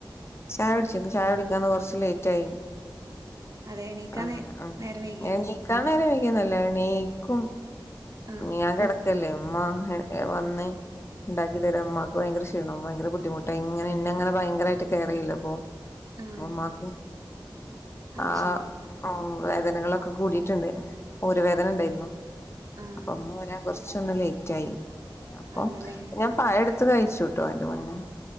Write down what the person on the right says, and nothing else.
അതെ എണീക്കാൻ
നേ
നേരം വൈകിയോ
ആഹ്
ആഹ്
അത്
ശരി
ആഹ്
അതെല്ലേ